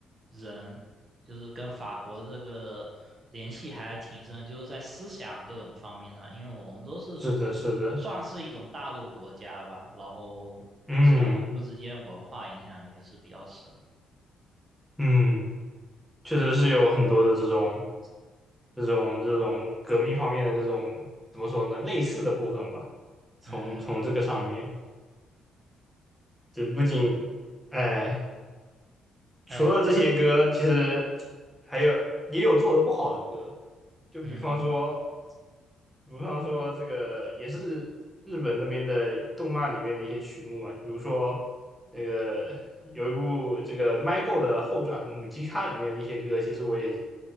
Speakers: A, on the right; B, in the centre.
A: 人就是跟法国这个联系还挺深的就是在思想各种方面上，因为我们都是
B: 是的是的，
A: 算是一种大陆国家吧，然后相互之间文化影响也是比较深。
B: 嗯嗯，确实是有很多的这种这种这种革命方面的这种怎么说呢，类似的部分吧。从从这个上面，
A: 嗯，
B: 这不仅，哎，除了这些歌，
A: 哎，
B: 其实还有也有做的不好的歌，就比方说。
A: 嗯，
B: 比方说这个也是日本那边的动漫里面的一些曲目嘛，比如说那个有一部这个《My Go》的后传《母鸡咖》里面的一些歌，其实我也